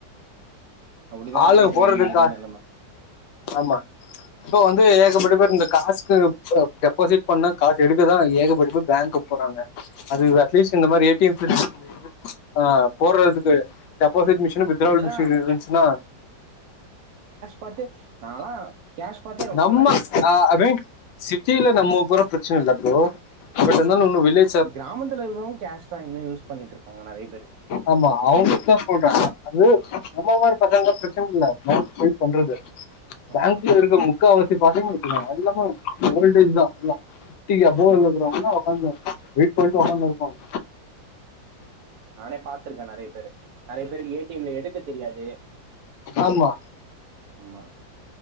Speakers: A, on the right; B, on the left.
A: அப்படிதானே
B: ஆலுங்க
A: போயிட்டு இருக்கு
B: போறதிர்க்கா
A: இன்னைக்கு இருக்க நிலைமை
B: ஆமா இப்போ வந்து ஏகப்பட்ட பேர் இந்த காசுக்கு அ டெபாசிட் பண்ண காசு எடுக்கதா ஏகப்பட்ட பேர் பேங்கு போறாங்க அது
A: ஆமா
B: அட்லீஸ்ட் இந்த மாரி ஏ டி எம் தெருக் ஒன்னு இரு ஆ போட்றதுக்கு டெபாசிட் மிஷினு வித்டிராவல்
A: இப்பதான்
B: மிஷின் இருந்துச்சுனா
A: பாத்து நாலா கேஷ் பாத்தே ரொம்ம
B: நம்ம
A: நாள் ஆச்சு
B: ஆ ஐ மீன் சிட்டில நம்ம போறோ பிரச்சன இல்ல ப்ரோ பட் இர்ந்தாலு இன்னு வில்லே
A: கிராமத்துல இருக்றவுங் கேஷ்தா இன்னு யூஸ் பண்ணிட்ருக்காங்க நெறைய பேரு
B: ஆமா அவுங்களுக்குதா சொல்ற அது நம்மள மாரி பசங்களுக்கு பிரச்சன இல்ல பாங்க் போய் பண்றது
A: ஆமா
B: பேங்க்ல இருக்க முக்காவாசி பாத்தீங் வச்சுக்கோங்க அதிகமா ஓல்டேஜ்தா எல்லா ட்டி அபோல இருக்குறவ்ங்க ஒக்காந்து வெயிட் பண்ட்டு ஒக்காந்துருப்பாங்க
A: நானே பாத்துருக்க நெறைய பேரு நெறைய பேருக்கு ஏடி எம் ல எடுக்க தெரியாது
B: ஆமா
A: ஆமா